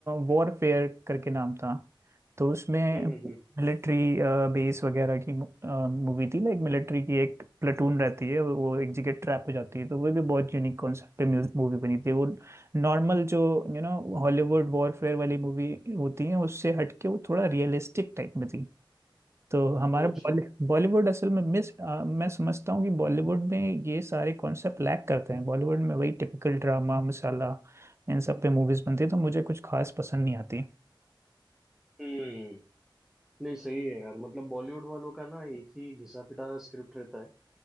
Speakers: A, on the right (about 30°); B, in the centre.
A: वॉरफेयर करके नाम था तो उसमें
B: हम्म हम्म,
A: मिलिट्री बेस वगैरह की मूवी थी लाइक मिलिट्री की एक प्लेटून रहती है और वो एक जगह ट्रैप हो जाती है तो वो भी बहुत यूनिक कॉन्सेप्ट पे मूवी बनी थी वो नॉर्मल जो यू नो हॉलीवुड वॉरफेयर वाली मूवी होती है उससे हटके वो थोड़ा रियलिस्टिक टाइप में थी तो हमारा
B: हम्म, अच्छा
A: बॉली- बॉलीवुड असल में मिस अ, मैं समझता हूँ कि बॉलीवुड में ये सारे कॉन्सेप्ट लैक करते हैं बॉलीवुड में वही टिपिकल ड्रामा मसाला इन सब पे मूवीज बनती है तो मुझे कुछ खास पसंद नहीं आती
B: हम्म नहीं सही है यार मतलब बॉलीवुड वालों का ना एक ही घिसा पिटा स्क्रिप्ट रहता है